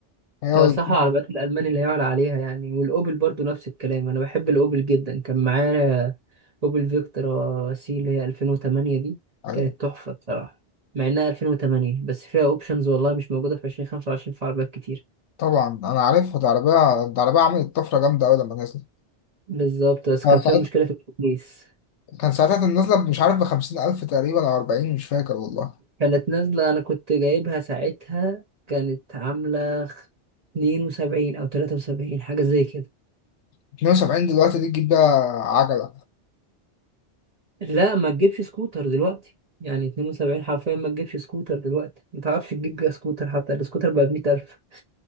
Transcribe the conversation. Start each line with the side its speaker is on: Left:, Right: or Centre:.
Left: هي هو
Right: لو صح
Left: اللي
Right: العربيات الألماني اللي يعلى عليها يعني والأوبل برضه نفس الكلام أنا بحب الأوبل جدا كان معايا أوبل فيكتورا سي اللي هي 2008 دي
Left: عليها
Right: كانت تحفة بصراحة مع إنها 2008 بس فيها أوبشنز والله مش موجودة في 2025 في عربيات كتير
Left: طبعا أنا عارفها دي عربية دي عربية عملت طفرة جامدة أوي لما نزلت
Right: بالظبط بس
Left: كان
Right: كان فيها
Left: ساعتها
Right: مشكلة في التكييف
Left: كان ساعتها كانت نازلة مش عارف بخمسين ألف تقريبا أو أربعين مش فاكر والله
Right: كانت نازلة أنا كنت جايبها ساعتها كانت عاملة خ- 72 أو 73 حاجة زي كده
Left: اتنين وسبعين دلوقتي دي تجيب بيها عجلة
Right: لا ما تجيبش سكوتر دلوقتي يعني 72 حرفيا ما تجيبش سكوتر دلوقتي ما تعرفش تجيب بيها سكوتر حتى السكوتر بقى بمية ألف